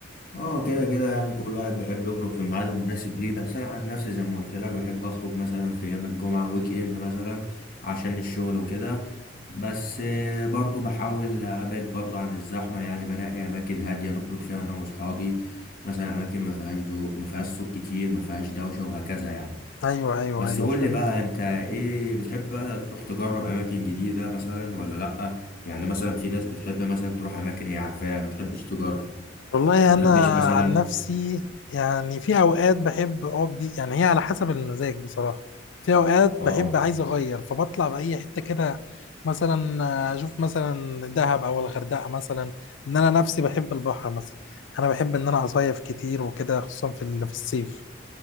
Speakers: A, on the left (about 50°); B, on the left (about 70°).
A: اه كده كده يعني كل واحد بيحب يخرج في الميعاد المناسب ليه بس انا عن نفسي زي ما قلت لك بحب اخرج مثلا في ايام الجمعه ويك اند مثلا عشان الشغل وكده بس آه، برضو بحاول ابعد برضو عن الزحمه يعني بنقي اماكن هاديه نخرج فيها انا واصحابي مثلا اماكن ما فيهاش دو ما فيهاش صوت كتير ما فيهاش دوشه وهكذا يعني
B: ايوه ايوه
A: بس
B: ايوه
A: قول
B: فهمت
A: لي بقى انت ايه بتحب بقى تروح تجرب اماكن جديده مثلا ولا لا يعني مثلا في ناس بتحب مثلا تروح اماكن هي عارفاها ما تحبش تجرب
B: والله
A: ما
B: انا
A: تحبش مثلا
B: عن نفسي يعني في اوقات بحب اقعد دي يعني هي على حسب المزاج بصراحه في اوقات
A: اه
B: بحب عايز اغير فبطلع باي حته كده مثلا اشوف مثلا دهب او الغردقه مثلا ان انا نفسي بحب البحر مثلا انا بحب ان انا اصيف كتير وكده خصوصا في ال- في الصيف